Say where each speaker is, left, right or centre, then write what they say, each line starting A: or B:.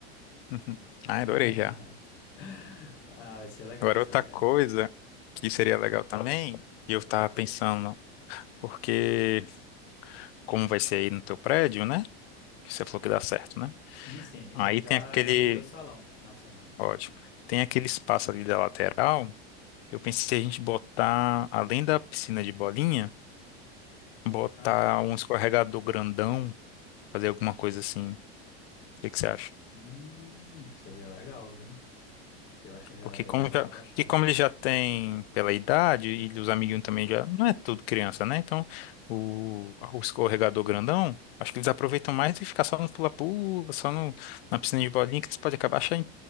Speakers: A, on the left; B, on the left.
A: Uhum. Ah, adorei
B: <laughs>
A: já.
B: Ah, vai ser legal,
A: Agora
B: vai ser
A: outra
B: legal.
A: coisa que seria legal também, e eu tava pensando, porque como vai ser aí no teu prédio, né? Que você falou que dá certo, né?
B: Sim, sim.
A: Aí
B: Eu já
A: tem aquele,
B: reservei o salão pro final de semana.
A: ótimo, tem aquele espaço ali da lateral. Eu pensei a gente botar, além da piscina de bolinha, botar
B: Ah,
A: um escorregador grandão, fazer alguma coisa assim. O que que você acha?
B: hum, seria legal, viu? Eu acho que a galera
A: Porque como
B: ia gostar
A: já,
B: bastante.
A: que como ele já tem pela idade e os amiguinhos também já, não é tudo criança, né? Então, o, o escorregador grandão, acho que eles aproveitam mais do que ficar só no pula-pula, só no, na piscina de bolinha, que eles podem acabar achando